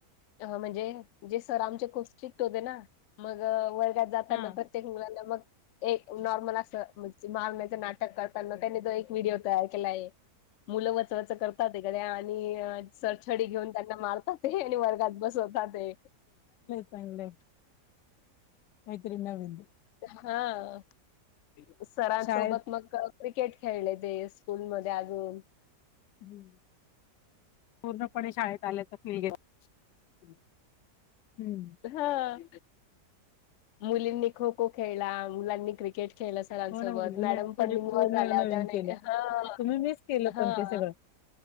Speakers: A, on the left; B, on the left.
A: म्हणजे जे सर आमचे खुप स्ट्रिक्ट होते ना मग वर्गात जाताना
B: हा.
A: प्रत्येक मुलाला मग एक नॉर्मल असं म्हणजे मारण्याचं नाटक करताना त्यांनी तो एक व्हिडिओ तयार केला आहे. मुलं वचवच करतात एखाद्या आणि सर छडी घेऊन त्यांना मारतात. ते आणि वर्गात बसवताते..
B: चागंलय. मैत्री नविन.
A: हां सरांसोबत
B: शाळेत
A: मग क्रिकेट खेळले ते स्कूल मध्येअजून
B: हं. पूर्णपणे शाळेत आल्याचा फिल <unintelligible> हम्म
A: हां मुलींनी खो खो खेळला, मुलांनी क्रिकेट खेळला. सरांनसोबत
B: हो ना मग जुन्या
A: मॅडम
B: आठवणी
A: पण इनवॉल
B: पूर्ण
A: झाल्या
B: नवीन
A: होत्या
B: केल्या
A: हां
B: तुम्ही मिस केलं
A: हां
B: पण ते सगळं